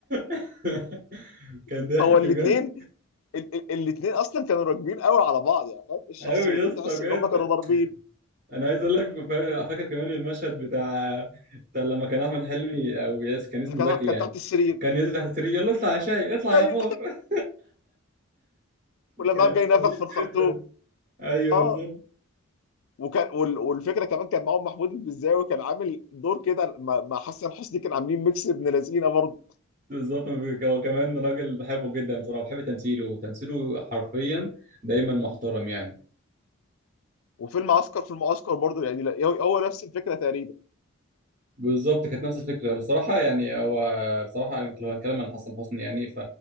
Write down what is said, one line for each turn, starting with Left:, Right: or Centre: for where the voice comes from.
Right: <laughs> كان
Left: <laughs>
Right: ضحك
Left: هو الاثنين
Right: بجد
Left: الاثنين اصلا كانوا راكبين قوي على بعض يعني فاهم الشخصيتين
Right: قوي يا اسطى
Left: تحس
Right: بجد
Left: ان هم كانوا ضاربين
Right: انا عايز اقول لك فاهم- فاكر كمان المشهد بتاع بتاع لما كان احمد حلمي او ياس كان اسمه
Left: كان
Right: زكي
Left: كان
Right: يعني
Left: تحت السرير
Right: كان ينزل تحت السرير يلا اطلع يا شاي اطلع يا
Left: ايوه
Right: فار <laughs>
Left: ولما
Right: كان
Left: قام جاي نفخ
Right: جميل
Left: في الخرطوم
Right: جدا ايوه
Left: اه
Right: بالظبط
Left: وكان وال- والفكره كمان كان معاهم محمود البزاوي كان عامل دور كده مع مع حسن حسني كان عاملين ميكس ابن لذينه برضه
Right: بالظبط هو كمان راجل بحبه جدا بصراحه بحب تمثيله وتمثيله حرفيا دايما محترم يعني
Left: وفيلم عسكر في المعسكر برضه يعني لا- هو هو نفس الفكره تقريبا
Right: بالظبط كانت نفس الفكره بصراحه يعني هو بصراحه يمكن لو هنتكلم عن حسن حسني يعني